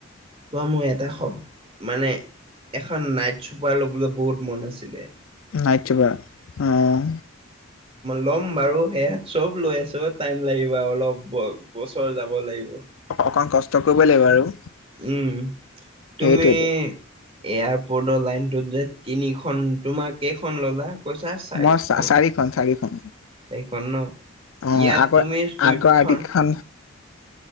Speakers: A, on the right; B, on the left.
A: তোৱা মোৰ এটা শব্দ মানে এখন নাইট চুপাৰ ল'বলৈ বহুত মন আছিলে।
B: নাই, চিবা আহ
A: ল'ম বাৰু সেয়া চব লৈ আছো টাইম লাগিব অলপ বছৰ যাব লাগিব।
B: অ-অকমান কষ্ট কৰিব লাগিব আৰু।
A: উম,
B: সেইটোৱেতো
A: তুমি এয়াৰপৰ্টৰ লাইন দু তিনিখন তোমাৰ কেইখন ল'লা কৈছা চাৰখন
B: মই চাৰিখন চাৰিখন
A: চাৰখন ন। ইয়াত
B: অ', আগৰ
A: তুমি চুইপখন
B: আগৰ আৰ্টিকখন